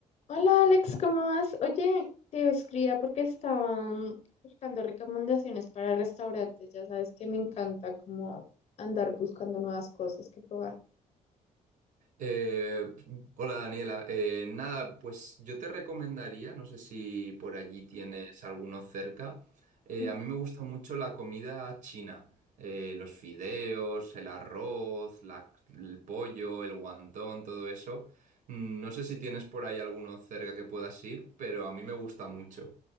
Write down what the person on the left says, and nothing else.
Hola Alex, ¿cómo vas? Oye, te escribía porque estaba mm, buscando recomendaciones para restaurantes. Ya sabes que me encanta como andar buscando nuevas cosas que probar.
Mm.